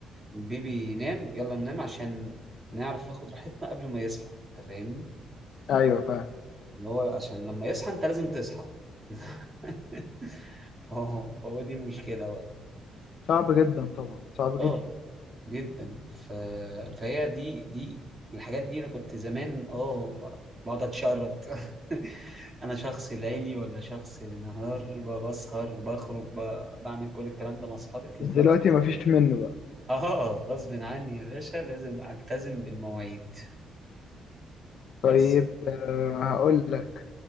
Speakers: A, on the right (about 25°); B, on the left (about 65°).
A: البيبي ينام يلا ننام عشان نعرف ناخد راحتنا قبل ما يصحى انت فاهمني
B: ايوه فاهم
A: اللي هو عشان لما يصحى انت لازم تصحى <laughs> فهو فهو دي مشكلة بقى
B: صعب جدا طبعا صعب
A: اه
B: جدا
A: جدا ف... فهي دي دي الحاجات دي انا كنت زمان اه بقعد اتشرط <laughs> انا شخص ليلي ولا شخص نهار ب- بسهر بخرج ب... بعمل كل الكلام ده مع اصحابي لكن
B: بس
A: دلوقتي
B: دلوقتي
A: غصب-
B: مفيش منه بقى
A: اه غصب عني يا باشا لازم التزم بالمواعيد
B: طيب
A: بس
B: آه هقول لك